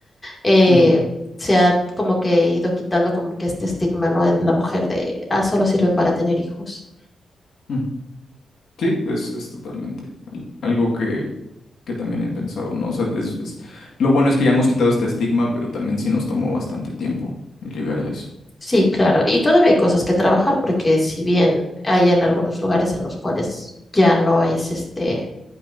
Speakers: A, on the left (about 20°); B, on the left (about 75°).
A: eh,
B: ujú,
A: se ha como que ido quitando como que este estigma, ¿no? En la mujer de, ah, solo sirve para tener hijos.
B: ujú. Sí, es, es totalmente al- algo que, que también he pensado, ¿no? O sea, es- es- lo bueno es que ya hemos quitado este estigma, pero también sí nos tomó bastante tiempo el llegar a eso.
A: Sí, claro. Y todavía hay cosas que trabajar porque si bien hay en algunos lugares en los cuales ya no es este,